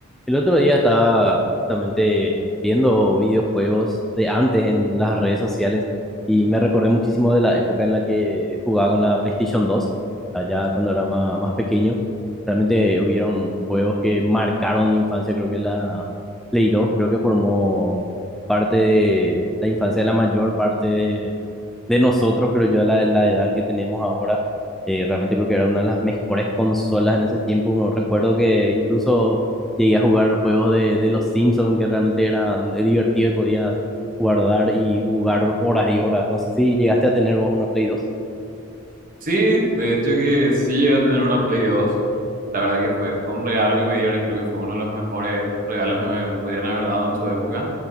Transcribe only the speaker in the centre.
El otro día estaba justamente viendo videojuegos de antes en las redes sociales y me recordé muchísimo de la época en la que jugaba con la PlayStation 2, allá cuando era ma- más, pequeño. Realmente hubieron juegos que marcaron mi infancia, creo que la Play 2, creo que formó parte de la infancia de la mayor parte de, de nosotros, creo yo, la, la edad que tenemos ahora. Eh, realmente creo que era una de las mejores consolas en ese tiempo. Me recuerdo que incluso Llegué a jugar juegos de, de los Simpsons que realmente eran eh, divertidos y podías guardar y jugar horas y horas. No sé si llegaste a tener vos una Play 2.